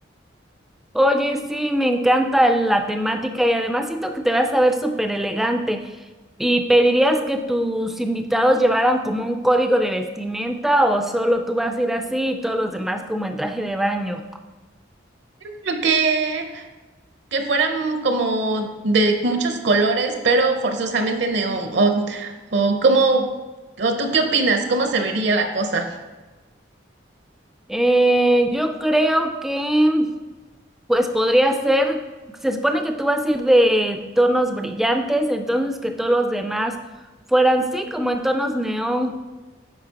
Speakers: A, in the centre; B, on the right.
A: Oye, sí, me encanta la temática y además siento que te vas a ver súper elegante. ¿Y pedirías que tus invitados llevaran como un código de vestimenta o solo tú vas a ir así y todos los demás como en traje de baño?
B: Creo que, que fueran como de muchos colores, pero forzosamente neón. O, o como, o tú qué opinas, ¿cómo se vería la cosa?
A: Eh, yo creo que Pues podría ser, se supone que tú vas a ir de tonos brillantes, entonces que todos los demás fueran, sí, como en tonos neón.